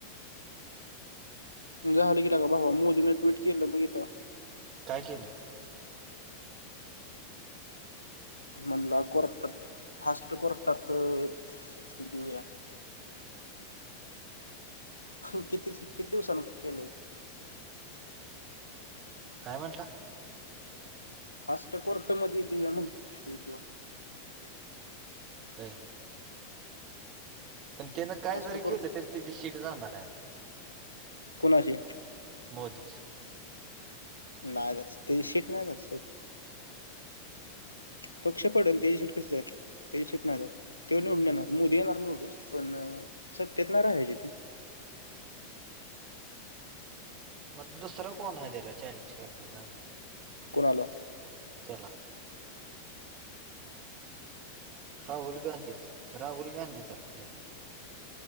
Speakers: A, on the left; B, on the right.
A: झालं की लेका भावा मोदीनं ट्विट केलं बघितलं का?
B: काय केलं?
A: म्हणला कोर्टात फास्ट कोर्टात हेचकी देऊया. किती किती दिवसांन केलंय.
B: कायं म्हटलं?
A: फांस्ट कोर्ट मध्यें देऊ मगं ते
B: हो. पणं त्यानं कायं
A: फास्ट
B: जरी
A: कोर
B: केलं तरी त्यांची शीट जाणारं आहेंत.
A: कोणाशी
B: मोदींची
A: नाहीं जातं ते शीट नाहीं जातं.
B: <unintelligible>
A: पक्ष पडेल त्यांची शेट कशी जां. तेची शिट नाही जात येतात तेव निवडून येणार मोदी येणार निवडूनन पणं सत्तेतंणार हं जिथे
B: मगं दुसरा कोणं आहे त्यांला चॅलेंज करणारा.
A: कोणालां?
B: त्यांला राहुल गांधींचं राहुल गांधींचं आहे त्यो